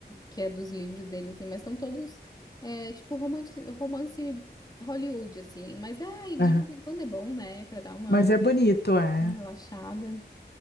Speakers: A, on the left (about 20°); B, on the left (about 70°).
A: que é dos livros dele, assim, mas são todos é, tipo romance, romance Hollywood, assim. Mas ai, de
B: aham.
A: vez em quando é bom, né? Pra dar uma,
B: Mas é bonito, é.
A: uma relaxada.